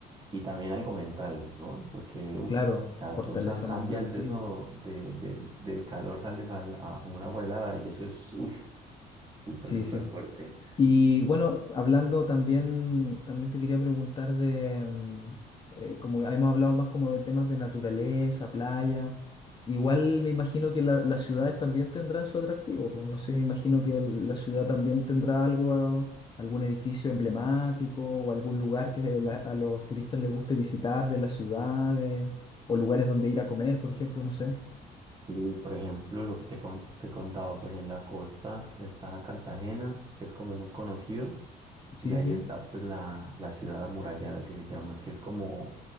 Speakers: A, on the right; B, on the left.
A: Y también algo mental, ¿no? Porque, uff,
B: claro, fortaleza
A: tú sa- cambias
B: mental, sí.
A: de eso,
B: pues.
A: de, de- del calor, sales al- a, a una agua helada y eso es, uff, súper,
B: Sí,
A: súper
B: sí.
A: fuerte.
B: Y bueno, hablando también, también te quería preguntar de, mm, eh, como hemos hablado más como de temas de naturaleza, playa, igual me imagino que la- las ciudades también tendrán su atractivo, pues no sé, me imagino que el- la ciudad también tendrá algo, ah, algún edificio emblemático o algún lugar que de la- a los turistas les guste visitar de las ciudades o lugares donde ir a comer, por ejemplo, no sé.
A: Y, por ejemplo, lo que te, con- te contaba, pues en la costa está Cartagena, que es como muy conocido,
B: Sí,
A: y ahí
B: sí.
A: está pues la, la ciudad amurallada que se llama, que es como